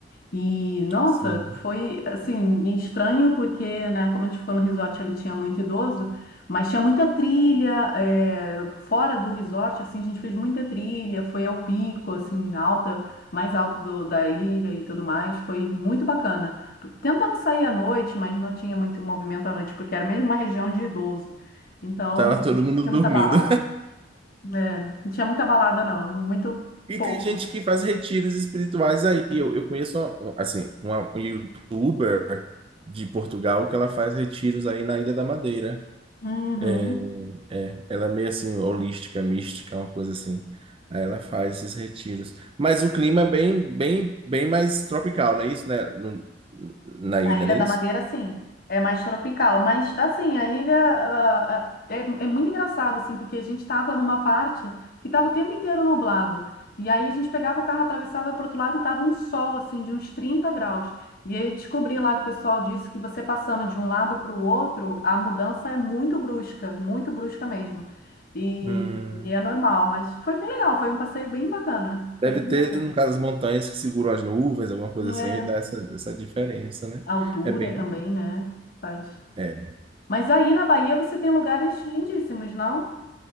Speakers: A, on the left; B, on the right.
A: E, nossa,
B: Sim.
A: foi, assim, estranho porque, né, como a gente ficou no resort, ele tinha muito idoso, mas tinha muita trilha, é, fora do resort, assim, a gente fez muita trilha, foi ao pico, assim, alta, mais alto do- da ilha e tudo mais, foi muito bacana. Tentamos sair à noite, mas não tinha muito movimento à noite, porque era mesmo uma região de idoso, então
B: Tava todo mundo
A: não tinha
B: dormindo.
A: muita balada, né? não tinha muita balada não, muito
B: E
A: pouco.
B: tem gente que faz retiros espirituais aí. Eu, eu conheço, uma- assim, uma youtuber de Portugal que ela faz retiros aí na Ilha da Madeira.
A: Uhum.
B: É, é, ela é meio assim, holística, mística, uma coisa assim. Aí ela faz esses retiros. Mas o clima é bem, bem, bem mais tropical, não é isso, né? No- na
A: Na
B: ilha,
A: Ilha
B: não é
A: da
B: isso?
A: Madeira, sim, é mais tropical, mas assim, a ilha ah, ah, é, é muito engraçado, assim, porque a gente estava numa parte que estava o tempo inteiro nublado, e aí a gente pegava o carro, atravessava para outro lado, tava um sol, assim, de uns 30 graus, e aí eu descobri lá que o pessoal disse que você passando de um lado para o outro, a mudança é muito brusca, muito brusca mesmo, e,
B: Hum.
A: e é normal, mas foi bem legal, foi um passeio bem bacana,
B: Deve
A: foi bem
B: ter,
A: bacana.
B: no caso, as montanhas que seguram as nuvens, alguma coisa
A: É,
B: assim, e dá essa, essa diferença, né?
A: a altura
B: É bem.
A: também, né, faz...
B: É.
A: Mas aí na Bahia você tem lugares lindíssimos, não?